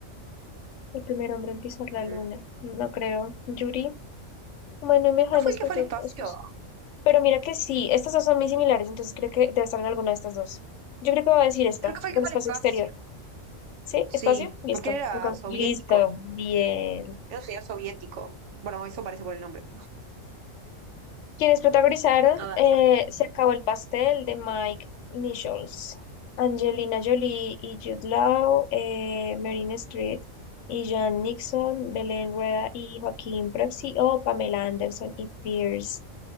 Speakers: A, on the left; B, on the right.
A: el primer hombre en pisar la
B: mm,
A: luna. No creo. Yuri. Bueno, y mejor
B: ¿no fue
A: las
B: el
A: propuestas.
B: que fue al espacio?
A: Pero mira que sí, estas dos son muy similares, entonces creo que debe estar en alguna de estas dos. Yo creo que voy a decir esta,
B: Creo que fue
A: del
B: el que fue
A: espacio
B: al espacio.
A: exterior. ¿Sí?
B: Sí,
A: ¿Espacio? Listo.
B: porque él era
A: El con-
B: soviético.
A: Listo, bien.
B: Era un señor soviético. Bueno, eso parece por el nombre.
A: Quienes protagonizaron
B: A ver.
A: eh, Se acabó el pastel de Mike Nichols, Angelina Jolie y Jude Law, eh, Meryl Streep y Jan Nixon, Belén Rueda y Joaquín Prepsi o Pamela Anderson y Pierce